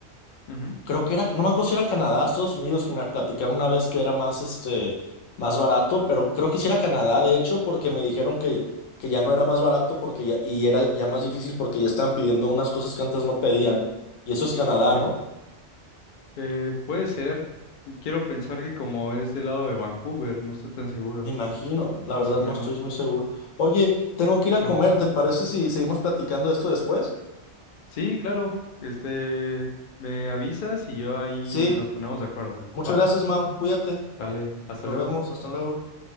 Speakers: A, on the left (about 60°); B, on the left (about 80°).
A: ujú.
B: Creo que era, no me acuerdo si era Canadá, Estados Unidos, que me platicaron una vez que era más, este, más barato, pero creo que sí era Canadá, de hecho, porque me dijeron que, que ya no era más barato porque ya, y era ya más difícil porque ya estaban pidiendo unas cosas que antes no pedían. Y eso es Canadá,
A: Ya.
B: ¿no?
A: Eh, puede ser, quiero pensar que como es del lado de Vancouver, no estoy tan seguro,
B: Me imagino, la
A: más
B: verdad
A: o menos.
B: no estoy muy seguro. Oye, tengo que ir a
A: yo-
B: comer, ¿te parece si seguimos platicando de esto después?
A: Sí, claro, este, me avisas y yo ahí
B: Sí,
A: nos ponemos de acuerdo.
B: muchas
A: ¿va?
B: gracias, Mau, cuídate,
A: Vale, hasta
B: nos
A: luego.
B: vemos, hasta luego.